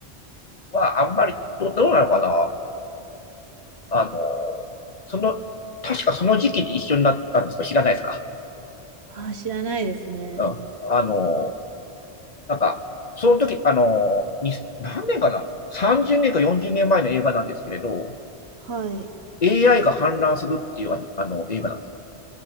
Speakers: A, on the left; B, on the right.
A: まああんまりど、どうなのかなあの、その、確かその時期で一緒になったんですか知らないですか
B: ああ、知らないですね。
A: うん。あの、なんか、その時、あの、に何年かな ?30 年か40年前の映画なんですけれど、
B: はい。
A: AI が氾濫するっていうああの映画なんですよ。